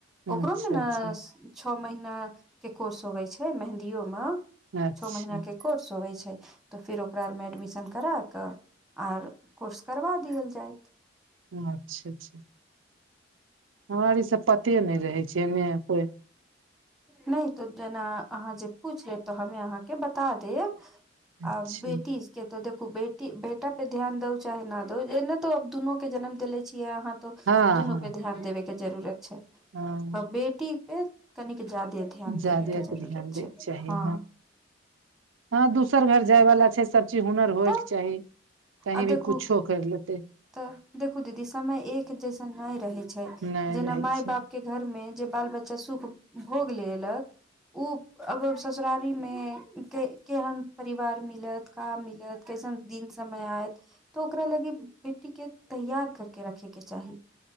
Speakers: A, on the right; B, in the centre.
A: अच्छा
B: ओकरोमे ने
A: अच्छा
B: छओ महीनाक कोर्स होइत छै, मेहन्दीमे।
A: अच्छा
B: छओ महीनाक कोर्स होइत छै तऽ फेर ओकरामे एडमिशन करा कऽ आर कोर्स करबा देल जाय।
A: अच्छा अच्छा हमरा ई सभक पते नहि रहै छै, एना कोनो।
B: नहि, तऽ जेना अहाँ जे पूछ लेब, तऽ हम अहाँकेँ बता देब। आ
A: अच्छा
B: बेटी स के तऽ देखू, बेटी बेटा पर ध्यान दै छी कि नहि। एहन तऽ आब दुनूकेँ जन्म देने छियै अहाँ। तऽ
A: हँ
B: दुनू
A: हँ
B: पर ध्यान देबऽके जरूरत छै,
A: हँ
B: आ बेटी पर तऽ विशेष ध्यान देबऽके चाही। कनि बेसी ध्यान देबऽके
A: जादे
B: जरूरत
A: के ध्यान दैके
B: छै
A: चाही
B: हँ।
A: हँ, दोसर घर जाय वाला छै, तेँ सभ चीजक हुनर होए
B: तऽ
A: के चाही, कतौ
B: आ देखू
A: किछुओ कमी नहि रहबाक चाही। करलेतै
B: तऽ देखू दीदी, समय एक्के जकाँ नहि रहै छै,
A: नहि
B: जेना
A: रहै
B: माय
A: छै
B: बापकेँ। घरमे जे बाल बच्चा सुख भोगि लेलक ओ आब ससुरारीमे केहन परिवार मिलैत। का मिलतै, कैसन दिन समय अयतै तऽ ओकरा लेल बेटीकेँ तैयार कऽ कऽ रखऽके चाही।